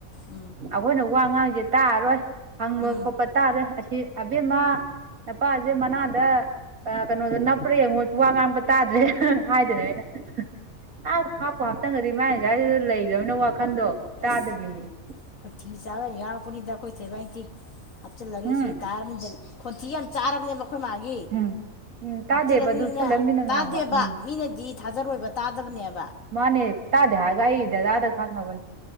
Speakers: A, on the left (about 65°); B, on the right (about 80°).
A: ꯎꯝ
B: ꯑꯩꯈꯣꯏꯅ ꯋꯥ ꯉꯥꯡꯁꯦ ꯇꯥꯔꯔꯣꯏ ꯍꯪꯕ
A: ꯎꯝ
B: ꯈꯣꯠꯄ ꯇꯥꯔꯣꯏ ꯑꯁꯤ ꯑꯕꯦꯝꯃ ꯅꯄꯥꯁꯦ ꯃꯅꯥꯗ ꯀꯩꯅꯣꯗ ꯅꯞꯄ꯭ꯔ ꯌꯦꯡꯉꯨ ꯋꯥ ꯉꯥꯡꯕ ꯇꯥꯗ꯭ꯔꯦ ꯍꯥꯏꯗꯨꯅ ꯑꯩꯅ ꯑꯥ ꯍꯥꯞꯄ ꯍꯥꯞ ꯇꯪꯒꯗꯤ ꯃꯥꯏꯁꯁꯤꯗ ꯂꯩꯈ꯭ꯔꯅꯤꯅ ꯋꯥꯈꯟꯗꯣ ꯇꯥꯗꯕꯤꯅꯦ
A: ꯑꯁ ꯈꯣꯟꯊꯤ ꯆꯥꯔ ꯌꯥꯎꯔꯕꯅꯤꯗ ꯑꯩꯈꯣꯏ ꯁꯦꯃꯥꯏꯅꯤꯇꯤ ꯍꯥꯞꯆꯤꯜꯂꯒ
B: ꯎꯝ
A: ꯏꯁꯩ ꯇꯥꯔꯅꯤꯗꯅ ꯈꯣꯟꯊꯤ ꯌꯥꯝ ꯆꯥꯔꯕꯅꯦꯕ ꯑꯩꯈꯣꯏ ꯃꯥꯒꯤ
B: ꯎꯝ ꯎꯝ ꯇꯥꯗꯦꯕ
A: ꯍꯥꯞꯆꯜꯂꯅꯤꯅꯦ
B: ꯑꯗꯨ ꯎꯞꯁꯜꯂꯒ ꯃꯤꯅ
A: ꯇꯥꯗꯦꯕ
B: ꯉꯥꯡꯕ ꯎꯝ
A: ꯃꯤꯅꯗꯤ ꯊꯥꯖꯔꯣꯏꯕ ꯇꯥꯗꯕꯅꯦꯕ
B: ꯃꯅꯦ ꯇꯥꯗꯦ ꯍꯥꯏꯔꯒ ꯑꯩ ꯗꯥꯗꯥꯗ ꯈꯪꯉꯕꯅꯦ